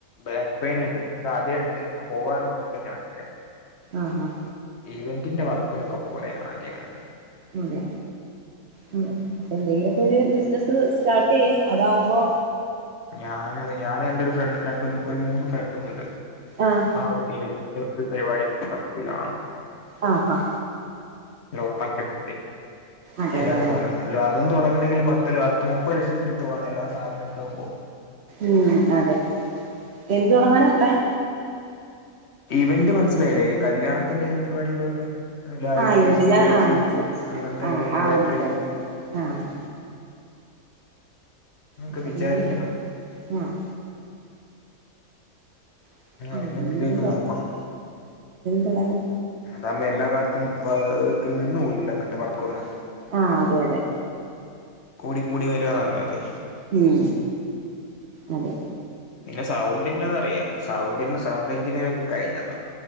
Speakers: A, on the left; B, on the right.
A: ബാക്ക് പെയിൻ ഉണ്ട് ആദ്യ ട് ആ പോവാറൊ <unintelligible>
B: ആഹ് ആഹ്
A: ഇവന്റിന്റെ വർക്കിനൊക്കെ പോലെ ആദ്യംങ്ങനെ
B: ഉംതെ ഉം എന്തെങ്കിലുമൊക്കെ ഒരു ബിസിനസ് സ്റ്റാർട്ട് ചെയ്യ് അതാവുമ്പോ
A: ഞാന ഞൻ എന്റെ ഒരു ഫ്രണ്ട് രണ്ടും ഒരു മൂന്ന് ഫ്രണ്ടും ഉണ്ട്
B: ആഹ്
A: <unintelligible> ഇവന്റിന്റെ ഒരു പരിപാടി <unintelligible>
B: ആഹാ അതെല്ലേ
A: കാണും <unintelligible> തുടങ്ങണെങ്കി പത്ത് പ മുപ്പത് ലക്ഷത്തിന്റെ അട്ത്ത് വെണല്ലോ സാധനം കെ ആകുമ്പോ
B: ഉം അതെ എന്ത് തുടങ്ങാനാ പ്ലാൻ?
A: ഇവന്റ് മനസ്സിലായില്ലേ കല്യാണത്തിന്റെ പരിപാടികളൊക്കെ ലൈറ്റ്
B: ആഹ് ഇവന്റ്
A: സ്റ്റേജ്
B: ഞാൻ ആഹ് ശ്രദ്ധിച്ചില്ല
A: അങ്ങൻത്തെ
B: ആഹ്
A: എലേം
B: ആഹ്
A: കാറ്ററിങ്
B: മനസ്സിലായി മനസ്സിലായി ആഹ്
A: ൻക്ക്
B: അപ്പൊ
A: വിചാരിക്കണം
B: പിന്നെ ആഹ് <unintelligible>
A: അതിന്റെ ഇതിലേക്ക്
B: എന്തെങ്കിലും
A: നോക്കണം
B: തോടങ്ങാം
A: അതാവുമ്പോ എല്ലാ കാലത്തും ഒരിക്കൽ നിന്നു പോവില്ലല്ലോ ഇങ്ങൻത്തെ വർക്കൊന്നും
B: ആഹ് അതെ അതെ
A: കൂടി കൂടി വരാന്നല്ലാതെ
B: ഉം അതെ
A: പിന്നെ സൗണ്ടിന്റെന്നറിയാ സൗണ്ട്ന്റെ സൗണ്ട് എഞ്ചിനീയറോക്കെ കഴിഞ്ഞതാ